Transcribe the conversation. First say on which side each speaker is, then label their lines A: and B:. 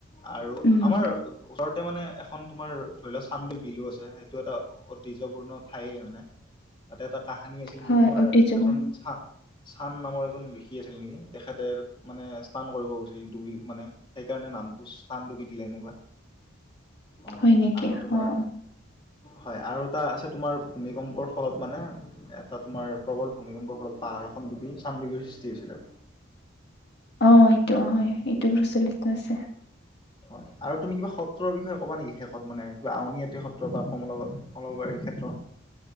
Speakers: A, on the left; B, on the left.
A: আৰু
B: উম,
A: আমাৰ ওচৰতে মানে এখন তোমাৰ ধৰি লোৱা চামন্দি বিলো আছে সেই এইটো এটা ঐতিহ্পূৰ্ণ ঠাই মানে তাতে এটা কাহানী আছে। পিলকি
B: হয়
A: <unintelligible> তোমাৰ
B: ঐতিহ্যময়
A: এজন চাপ। চান নামৰ এজন ঋষি আছিল নেকি তেখেতে মানে ইষ্টান কৰিব গৈছিল ডুবি মানে সেইকাৰণে নামটো ইষ্টানডুবি দিলে এনেকুৱা। অ
B: হয় নেকি
A: আৰু
B: অহ
A: তোমাৰ হয়। আৰু তাৰ আছে তোমাৰ ভূমিকম্পৰ ফলত মানে এটা তোমাৰ প্ৰবল ভূমিকম্পৰ ফলত পাহাৰ এখন ডুবি চানডুবিৰ সৃষ্টি হৈছিলে।
B: অ' এইটো হৈ।
A: হয়।
B: এইটো প্ৰচলিত আছে।
A: হয় আৰু তুমি কিবা সত্ৰৰ বিষয়ে ক'ব নেকি শেষত মানে কিবা আউনআটী সত্ৰ বা কমলা কমলাবাৰীৰ ক্ষেত্ৰ।